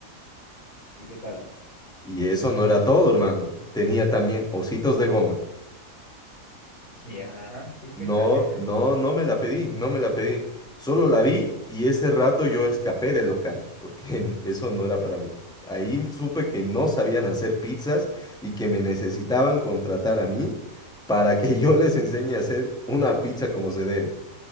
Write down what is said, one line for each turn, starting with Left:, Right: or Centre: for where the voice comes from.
Left: ¿Y qué tal?
Centre: Y eso no era todo, hermano. Tenía también ositos de goma.
Left: Ya, ¿y qué
Centre: No,
Left: tal era?
Centre: no, no me la pedí, no me la pedí. Solo la vi y ese rato yo escapé del local, porque en- eso no era para mí. Ahí supe que no sabían hacer pizzas y que me necesitaban contratar a mí para que <laughs> yo les enseñe a hacer una pizza como se debe.